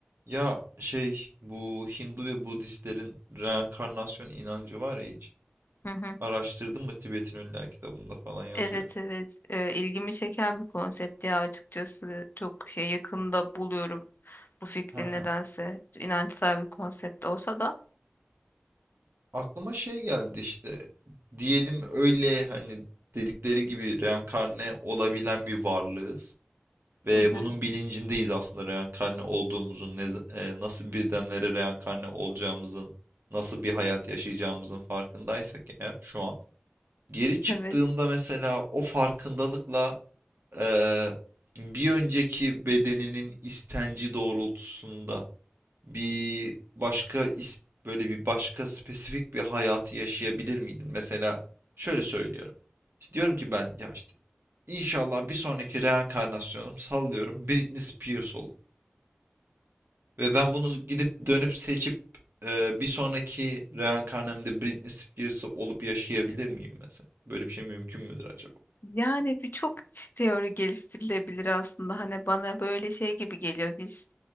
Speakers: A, on the right (about 70°); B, on the left (about 60°).
A: Ya şey bu Hindu ve Budistlerin reenkarnasyon inancı var ya hiç.
B: Hı hı.
A: Araştırdın mı Tibet'in Ölüler kitabında falan yazıyor.
B: Evet evet Ee, ilgimi çeken bir konsept ya açıkçası çok şey yakında buluyorum bu fikri
A: Haha.
B: nedense inançsal bir konsept olsa da.
A: Aklıma şey geldi işte. Diyelim öyle hani dedikleri gibi reenkarne olabilen bir varlığız. Ve
B: Hı hı.
A: bunun bilincindeyiz aslında reenkarne olduğumuzun, ne, z- e, nasıl bedenlere reenkarne olacağımızın, nasıl bir hayat yaşayacağımızın farkındaysak eğer şu an. Geri çıktığında
B: Evet.
A: mesela o farkındalıkla eee, bir önceki bedeninin istenci doğrultusunda bir başka is- böyle bir başka spesifik bir hayatı yaşayabilir miydin? Mesela şöyle söylüyorum. İşte diyorum ki ben ya işte inşallah bir sonraki reenkarnasyonum sallıyorum Britney Spears olur. Ve ben bunu gidip dönüp seçip eee, bir sonraki reenkarnamda Britney Spears'ı olup yaşayabilir miyim mesela? Böyle bir şey mümkün müdür acaba?
B: Yani birçok teori geliştirilebilir aslında. Hani bana böyle şey gibi geliyor. Biz